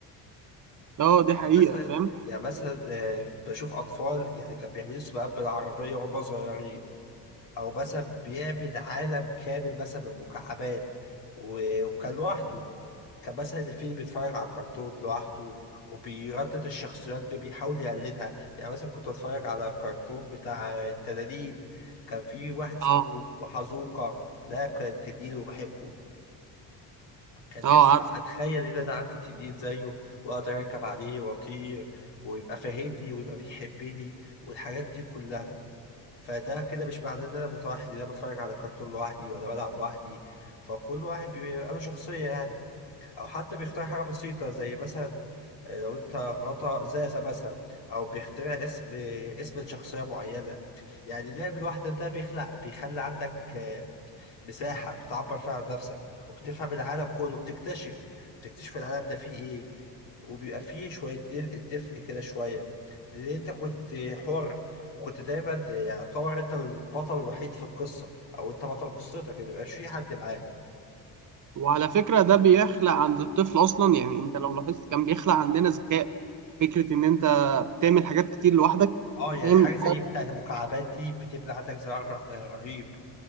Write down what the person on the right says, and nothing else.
اه دي
حقيقة
فاهم
اه
اه
عارف
وعلى فكرة ده بيخلق عند الطفل اصلا يعني انت لو لاحظت كان بيخلق عندنا ذكاء فكرة ان انت بتعمل حاجات كتير لوحدك
فاهم